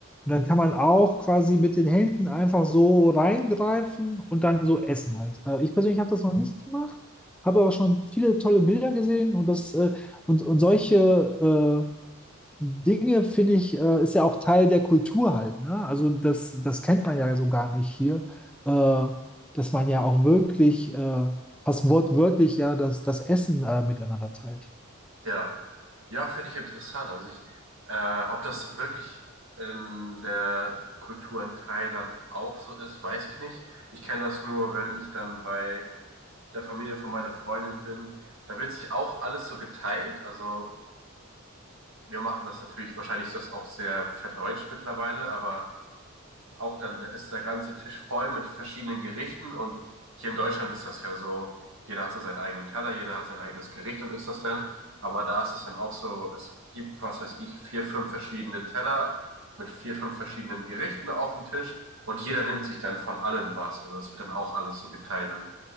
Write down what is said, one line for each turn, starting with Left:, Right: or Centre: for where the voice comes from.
Centre: Und dann kann man auch quasi mit den Händen einfach so reingreifen und dann so essen halt. Äh, ich persönlich habe das noch nicht gemacht habe aber schon viele tolle Bilder gesehen und das äh, und, und solche äh, Dinge finde ich, äh, ist ja auch Teil der Kultur halt. Ne? Also das, das kennt man ja so gar nicht hier, äh, dass man ja auch wirklich äh, fast wortwörtlich ja das, das Essen äh, miteinander teilt.
Right: Ja, ja, finde ich interessant. Also ich, äh, ob das wirklich in der Kultur in Thailand auch so ist, weiß ich nicht. Ich kenne das nur, wenn ich dann bei der Familie von meiner Freundin bin. Da wird sich auch alles so geteilt. Also wir machen das natürlich, wahrscheinlich ist das auch sehr verdeutscht mittlerweile, aber auch dann da ist der ganze Tisch voll mit verschiedenen Gerichten und hier in Deutschland ist das ja so, jeder hat so seinen eigenen Teller, jeder hat sein eigenes Gericht und isst das dann. Aber da ist es dann auch so, es gibt, was weiß ich, vier, fünf verschiedene Teller mit vier, fünf verschiedenen Gerichten auf dem Tisch und jeder nimmt sich dann von allem was. Also es wird dann auch alles so geteilt. Und